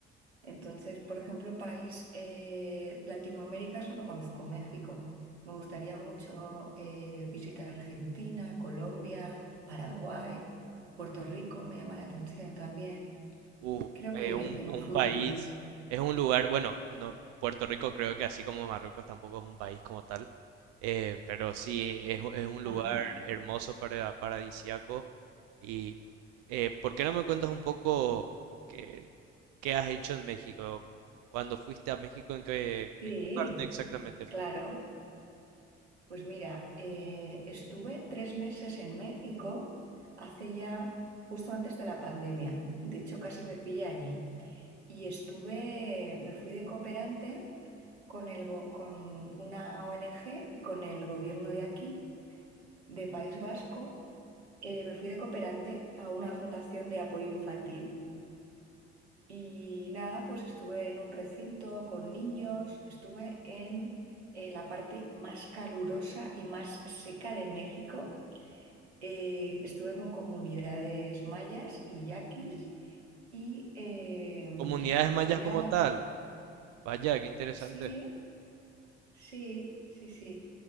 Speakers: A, on the right; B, on the right.
A: Entonces, por ejemplo, país eh, Latinoamérica solo conozco México. Me gustaría mucho eh, visitar Argentina, Colombia, Paraguay, Puerto Rico me llama la atención también.
B: Uf,
A: Creo
B: eh,
A: que iré
B: un,
A: en
B: un
A: un futuro.
B: país, es un lugar, bueno, uno, Puerto Rico creo que así como Marruecos tampoco es un país como tal, eh, pero sí es, u- es un
A: Ajá,
B: lugar hermoso para paradisíaco. Y eh, ¿por qué no me cuentas un poco qué, qué has hecho en México? Cuando fuiste a México, ¿en qué,
A: sí,
B: en qué parte exactamente
A: claro.
B: fuiste?
A: Pues mira, eh, estuve tres meses en México hace ya, justo antes de la pandemia. De hecho, casi me pilla allí. Y estuve, me fui de cooperante con el go- con una ONG y con el gobierno de aquí, de País Vasco. Eh, me fui de cooperante a una fundación de apoyo infantil y nada, pues estuve en un recinto con niños, estuve en eh, la parte más calurosa y más seca de México. Eh, estuve con comunidades mayas y yaquis y em,
B: Comunidades mayas
A: era
B: como
A: la...
B: tal. Vaya, qué interesante.
A: Sí, Sí, sí, sí.